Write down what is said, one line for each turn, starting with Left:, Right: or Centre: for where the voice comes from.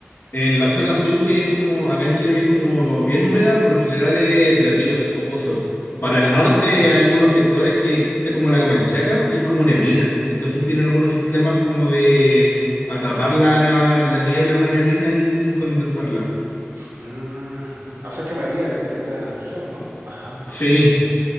Left: En la zona sur, que es como acá en Chile, que es como, como bien húmeda, por lo general es de ríos o pozos. Para el
Right: Ah,
Left: norte
Right: ok.
Left: hay algunos sectores que existe como la Camanchaca, que es como neblina. Entonces tienen algunos sistemas como de atrapar la, na- la niebla en la neblina y condensarla.
Right: Mm, ujú. O sea que varía dependiendo de la región, ¿no? Ajá,
Left: Sí,